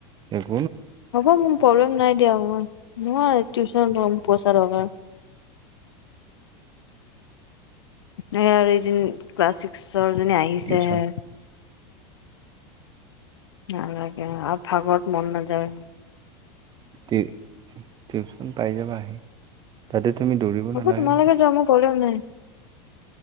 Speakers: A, on the right; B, on the left.
A: উম।
B: হ'ব মোৰ প্ৰব্লেম নাই দিয়া মই নহয় টিউচন লম পইচা দৰকাৰ নাই এইদিন ক্লাছ ছিক্স ওচৰজনী আহিছেহে।
A: টিউচন
B: নালাগে আৰু ভাগৰত মন নাযায়।
A: টিপচ খন পাইজাবা আহি। তুমি দৌৰিব
B: হ'ব
A: নালাগে
B: তোমালোকে যোৱা মোৰ প্ৰব্লেম নাই। <inaudible>